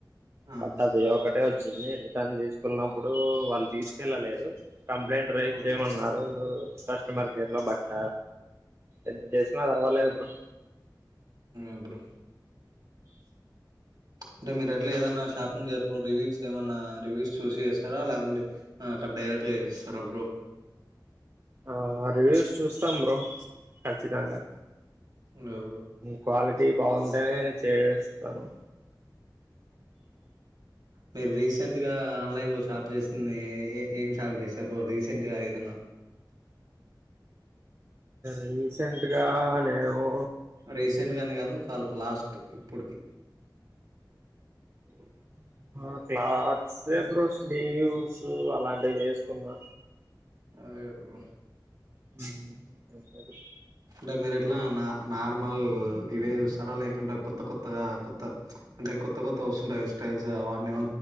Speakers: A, on the right; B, on the right.
A: ఆ
B: పట్టది వకటే చ్చింది రిటర్న్ తీసుకునప్పుడు వాళ్ళు తీసుకెళ్ళలేదు కంప్లైంట్ రైజ్
A: ఓ
B: చేయమన్నారు కస్టమర్ కేర్ లో బట్ట ఎంత చేసినా అదవలేదు బ్రో
A: అబ్రు అంటే మీరు ఎట్లా ఏదన్నా షాపింగ్ చే రివ్యూస్ ఏమన్నా రివ్యూస్ చూసి చేస్తారా లాకుంటే డైరెక్ట్ గా చేస్తార బ్రో
B: ఆ రివ్యూస్ చూస్తాం బ్రో ఖచ్చితంగా
A: బ్రో
B: క్వాలి టి బాగుంటేనే చేస్తాను
A: మీరు రీసెంట్ గా ఆన్లైన్ లో షాప్ చేసింది ఏ ఏం షాప్ చేసారు రీసెంట్గా ఏదన్నా
B: రీసెంట్గా నేమో
A: రీసెంట్ గాని గాదు ఒక లాస్ట్ ఇప్పటికి
B: <inaudible> ఆ క్లాత్స్ ఎ బ్రో స్లీవ్స్ అలాంటివి చేసుకున్నా
A: ఆయబ్రు
B: మ్మ్ <inaudible>
A: అంటే మీరు ఎట్లా నా నార్మల్ ఇవే చూస్తారా లేకుంటే కొత్త కొత్తగా కొత్త అంటే కొత్త కొత్త వస్తుంటా హయిర్ స్టైస్ వాడిని